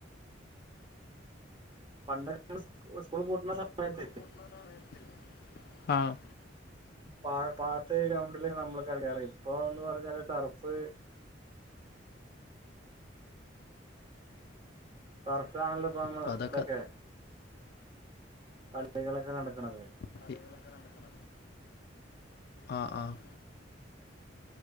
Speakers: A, on the right; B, on the left.
A: പണ്ട് ഒക്കെ സ്കൂൾ പൂട്ടുന്ന സമയത്ത്
B: സ്കൂൾ പൂട്ടണ സമയത്ത് ആഹ്
A: പാടത്ത് ഗ്രൗണ്ടിലേക്കെ നമ്മൾ കളക്കാറ് ഇപ്പൊ എന്ന് പറഞ്ഞാല് ടർഫ് ടർഫിലാണല്ലോ ഇപ്പ നമ്മൾ
B: ഇപ്പം അതൊക്കെ
A: ഇതൊക്കെ കളികളൊക്കെ നടക്കുന്നത്
B: കളികളൊക്കെ നടക്കുന്നത് ആഹ് ആഹ്